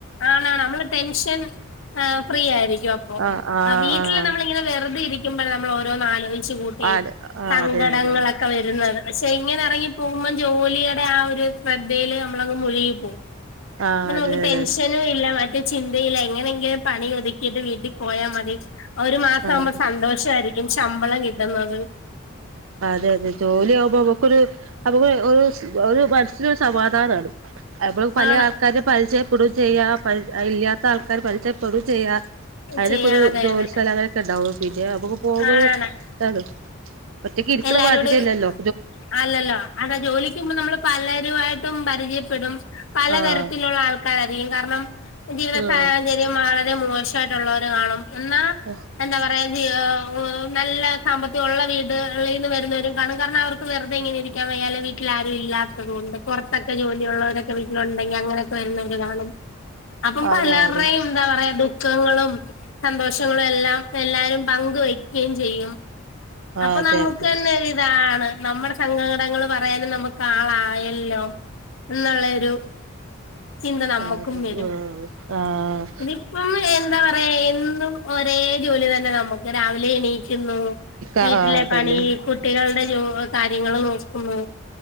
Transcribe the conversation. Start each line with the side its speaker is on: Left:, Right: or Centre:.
Left: ആണ് ആണ് നമ്മള് ടെൻഷൻ ഫ്രീ ആയിരിക്കും
Right: ആഹ് ആഹ്
Left: അ വീട്ടില് നമ്മളിങ്ങനെ വെറുതെയിരിക്കുമ്പോഴ നമ്മള് ഓരോന്ന് ആലോയ്ച്ച് കൂട്ടി
Right: ആഹ് ആഹ് ആഹ്
Left: സങ്കടങ്ങളൊക്കെ
Right: അതെ അതെ അതെ
Left: വെരു രുന്നത് പക്ഷെ ഇങ്ങനെ എറങ്ങി പോകുമ്പോ ജോലിയുടെ ആ ഒരു ശ്രദ്ധയില് നമ്മളങ്ങ് മൊഴുകി പോകും
Right: ആഹ്
Left: ഇപ്പോ
Right: അതെ
Left: നമക്ക് ടെൻഷൻ
Right: അതെ
Left: ഇല്ല മറ്റേ ചിന്തയില്ല എങ്ങനെങ്കിലും പണി ഒതുക്കിയിട്ട് വീട്ടീ പോയാമതി ഒരു മാസാവുമ്പോ
Right: ആ അതെ
Left: സന്തോഷായിരിക്കും ശമ്പളം കിട്ടുന്നത്
Right: അതെ അതെ ജോലിആവുമ്പോ അമ്മക്കൊരു അമുക്ക് ഒരു ഒരു മനസ്സിനൊരു സമാധാനാണ് അമ്മക്ക് പല
Left: ആണ്
Right: ആൾക്കാരിം പരിചയപ്പെടും ചെയ്യാ പരി അഹ്ഇല്ലാത്ത ആൾക്കാരെ പരിചയപ്പെടും ചെയ്യാ അതിനൊക്കെരു
Left: ചെയ്യാ അതെ
Right: ജോലി
Left: അതെ
Right: സ്ഥലം അങ്ങനൊക്കെണ്ടാവു പിന്നെ അമ്മക്ക് പോകുമ്പോ
Left: ആണാണ്
Right: ഒരു ഇതാണ് ഒറ്റക്ക് ഇരിക്ണമാതിരി
Left: എല്ലാരോടും
Right: അല്ലല്ലോ
Left: അല്ലല്ലോ? അതാ ജോലിക് പോവുമ്പോ നമ്മള് പലരുവായിട്ടും പരിചയപ്പെടും പലതരത്തിലുള്ള
Right: ആഹ്
Left: ആൾക്കാര് രായിരിക്കും കാരണം ജീവിത
Right: ആഹ്
Left: സാഹചര്യം വളരെ മോശയിട്ടുള്ളവര് കാണും എന്നാ
Right: ഓഹ്
Left: എന്താ പറയാ ജീവി ഓ നല്ല സാമ്പത്തിക ഒള്ള വീടുകളീന്ന് വരുന്നവരും കാണും കാരണം അവർക്ക് വെറുതെങ്ങനെ ഇരിക്കാൻ വയ്യാ വീ വീട്ടിലാരും ഇല്ലാത്തത് കൊണ്ട് പൊറത്തൊക്കെ ജോലി ഒള്ളവരൊക്കെ വീട്ടിലൊണ്ടെങ്കി അങ്ങനെക്കെ വരുന്നോര് കാണും അപ്പം
Right: അതെ
Left: പലർറെം
Right: അതെ
Left: എന്താ പറയാ ദുഃഖങ്ങളും സന്തോഷങ്ങളും എല്ലാം എല്ലാരും പങ്ക് വെയ്ക്ക്യെം ചെയ്യും
Right: ആ
Left: അപ്പൊ
Right: അതെ
Left: നമുക്കന്നെ
Right: അതെ
Left: ഒര്താണ് നമ്മടെ സങ്കാടങ്ങൾ പറയാനും നമുക്ക് ആളായല്ലോ എന്നൊള്ളെയൊരു ചിന്ത നമ്മക്കും
Right: ആ അതെ
Left: വരും
Right: ആഹ് ആഹ്
Left: ഇനി <unintelligible> എന്താ പറയാ എന്നും ഒരേ ജോലി തന്നെ നമ്മക്ക് രാവിലെ എണീക്കുന്നു
Right: ആഹ്
Left: വീട്ടിലെ
Right: അതന്നെ
Left: പണി കു കുട്ടികളുടെ ജോ കാര്യങ്ങള് നോക്കുന്നു